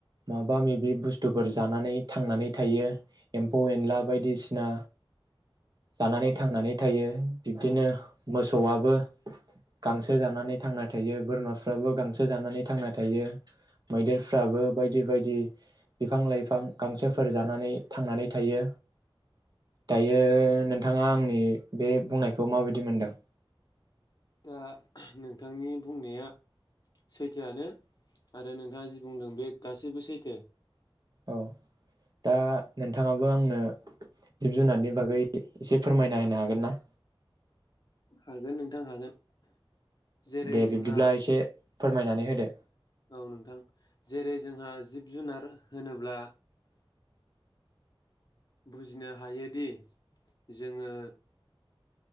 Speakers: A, on the right; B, on the left.
A: माबा माबि बुस्थुफोर जानानै थांनानै थायो एम्फौ एनला बायदिसिना जानानै थांनानै थायो बिब्दिनो मोसौआबो गांसो जानानै थांना थायो बोरमाफ्राबो गांसो जानानै थांना थायो मैदेरफ्राबो बायदि बायदि बिफां लाइफां गांसोफोर जानानै थांनानै थायो दायो नोंथाङा आंनि बे बुंनायखौ माबायदि मोनदों?
B: दा नोंथांनि बुंनाया सैथोआनो आरो नोंथाङा जि बुंदों बे गासैबो सैथो
A: औ दा नोंथाङाबो आंनो जिब जुनारनि बागै एसे फोरमायना होनो हागोन ना?
B: हागोन नोंथां हागोन जेरै
A: दे
B: जोंहा
A: बिब्दिब्ला एसे फोरमायनानै होदो
B: औ नोंथां जेरै जोंहा जिब जुनार होनोब्ला बुजिनो हायोदि जोङो